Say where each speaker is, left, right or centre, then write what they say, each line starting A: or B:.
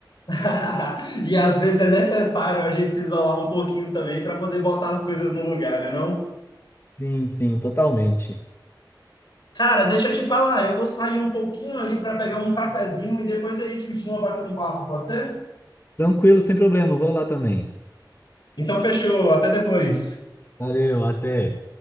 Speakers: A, on the left (about 65°); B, on the left (about 30°).
A: <laughs> E às vezes é necessário a gente se isolar um pouquinho também para poder botar as coisas no lugar, né, não?
B: Sim, sim, totalmente.
A: Cara, deixa eu te falar, eu vou sair um pouquinho ali para pegar um cafezinho e depois a gente continua batendo papo, pode ser?
B: Tranquilo, sem problema, vou lá também.
A: Então fechou, até depois.
B: Valeu, até.